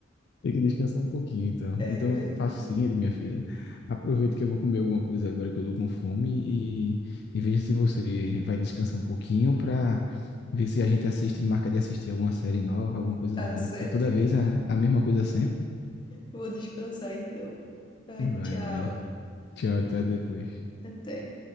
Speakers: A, on the left (about 60°); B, on the left (about 25°).
A: tem que descansar um pouquinho, então.
B: É
A: Então
B: verdade.
A: eu faço o seguinte, minha filha, aproveito que eu vou comer alguma coisa agora que eu tô com fome e, e veja se você vai descansar um pouquinho pra ver se a gente assiste, marca de assistir alguma série nova, alguma coisa
B: Tá
A: nova,
B: certo,
A: né? Porque toda
B: então.
A: vez a, a mesma coisa sempre.
B: Vou descansar, então. Ai,
A: Vai,
B: tchau.
A: vai. Tchau, até depois.
B: Até.